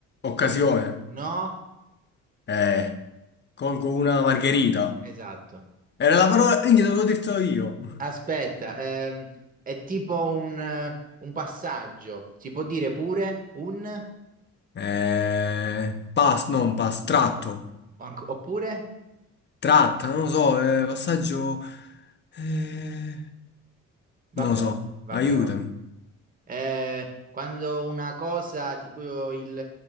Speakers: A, on the left (about 35°); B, on the right (about 30°).
A: Occasione.
B: No?
A: Eh, colgo una margherita.
B: Esatto.
A: Era la parola... Minchia, te l'avevo detto io.
B: Aspetta, ehm, è tipo un, eh, un passaggio. Si può dire pure un?
A: Eh, pass, non pass, tratto.
B: Anc- Oppure?
A: Tratta, non lo so, eh, passaggio... eh,
B: Vabbè,
A: non lo so,
B: vabbè,
A: aiutami.
B: vabbè. Eh, quando una cosa, tipo il,